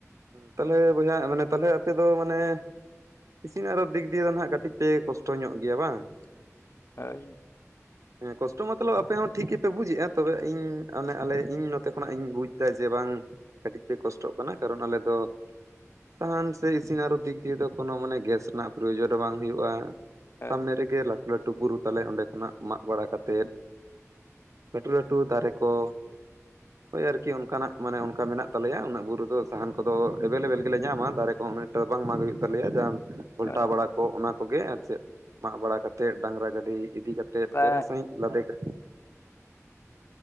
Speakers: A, on the right; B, on the left.
A: ᱛᱟᱦᱚᱞᱮ ᱵᱚᱭᱦᱟ ᱢᱟᱱᱮ ᱛᱟᱦᱞᱮ ᱟᱯᱮ ᱫᱚ ᱢᱟᱱᱮ ᱤᱥᱤᱱ ᱟᱨᱚ ᱫᱤᱠ ᱫᱤᱭᱮ ᱫᱚ ᱱᱟᱦᱟᱜ ᱠᱟᱹᱴᱤᱡ ᱯᱮ ᱠᱚᱥᱴᱚ ᱧᱚᱜ ᱜᱮᱭᱟ ᱵᱟᱝ
B: ᱦᱳᱭ
A: <unintelligible> ᱦᱮᱸ ᱠᱚᱥᱴᱚ ᱢᱟᱛᱚᱞᱚᱵ ᱟᱯᱮ ᱦᱚᱸ ᱴᱷᱤᱠ ᱜᱮᱯᱮ ᱵᱩᱡᱮᱫ-ᱟ ᱛᱚᱵᱮ ᱤᱧ ᱚᱱᱮ ᱟᱞᱮ ᱤᱧ ᱱᱚᱛᱮ ᱠᱷᱚᱱᱟᱜ ᱤᱧ ᱵᱩᱡᱫᱟ ᱡᱮ ᱵᱟᱝ ᱠᱟᱹᱴᱤᱡ ᱯᱮ ᱠᱚᱥᱴᱚᱜ ᱠᱟᱱᱟ ᱠᱟᱨᱚᱱ ᱟᱞᱮ ᱫᱚ ᱥᱟᱦᱟᱱ ᱥᱮ ᱤᱥᱤᱱ ᱟᱨᱚ ᱫᱤᱠ ᱫᱤᱭᱮ ᱫᱚ ᱠᱳᱱᱚ ᱢᱟᱱᱮ ᱜᱮᱥ ᱨᱮᱱᱟᱜ ᱯᱨᱚᱭᱳᱡᱚᱱ ᱦᱚ ᱵᱟᱝ ᱦᱩᱭᱩᱜᱼᱟ
B: ᱦᱳᱭ
A: ᱥᱟᱢᱱᱮ ᱨᱮ ᱜᱮ ᱞᱟᱹᱴᱩ ᱞᱟᱹᱴᱩ ᱞᱟᱹᱴᱩ ᱵᱩᱨᱩ ᱛᱟᱞᱮ ᱚᱸᱰᱮ ᱠᱷᱚᱱᱟᱜ ᱢᱟᱜ ᱵᱟᱲᱟ ᱠᱟᱛᱮᱫ ᱞᱟᱹᱴᱩ ᱞᱟᱹᱴᱩ ᱫᱟᱨᱮ ᱠᱚ, ᱦᱳᱭ ᱟᱨᱠᱤ ᱚᱱᱠᱟᱱᱟᱜ ᱢᱟᱱᱮ ᱚᱱᱠᱟ ᱢᱮᱱᱟᱜ ᱠᱚ ᱛᱟᱞᱮᱭᱟ ᱩᱱᱟᱹᱜ ᱵᱩᱨᱩ ᱫᱚ ᱥᱟᱦᱟᱱ ᱠᱚᱫᱚ ᱮᱵᱮᱞᱮᱵᱮᱞ ᱜᱮᱞᱮ ᱧᱟᱢᱟ ᱫᱟᱨᱮ ᱠᱚ ᱩᱱᱟᱹᱜᱴᱟ ᱵᱟᱝ ᱢᱟᱜ ᱦᱩᱭᱩᱜ ᱛᱟᱞᱮᱭᱟ ᱡᱟᱦᱟᱸ ᱯᱟᱞᱴᱟᱣ
B: ᱦᱳᱭ
A: ᱵᱟᱲᱟ ᱠᱚ ᱚᱱᱟ ᱠᱚᱜᱮ ᱟᱨ ᱪᱮᱫ ᱢᱟᱜ ᱵᱟᱲᱟ ᱠᱟᱛᱮᱫ ᱰᱟᱝᱨᱟ ᱜᱟᱹᱰᱤ ᱤᱫᱤ ᱠᱟᱛᱮᱫ ᱪᱮᱦᱨᱟ
B: ᱦᱳᱭ
A: ᱥᱟᱺᱦᱤᱡ ᱞᱟᱫᱮ ᱠᱟᱛᱮᱜ